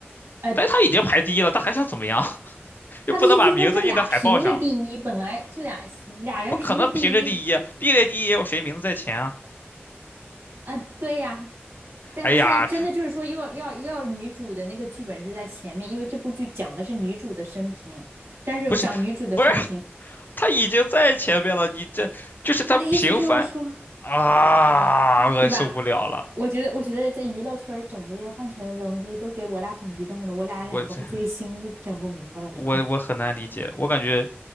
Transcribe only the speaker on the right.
呃，
他的意思说这俩凭着第一，
本来这俩俩人凭着第一
啊，呃对呀，但现在真的就是说要要要女主的那个剧本是在前面，
因为这部剧讲的是女主的生平，但是讲女主的生平，
他的意思就是说。
对吧？我觉得，我觉得这娱乐圈儿整这些饭圈的东西都给我俩整激动了，我俩两个不追星都整不明白了都。
<laughs>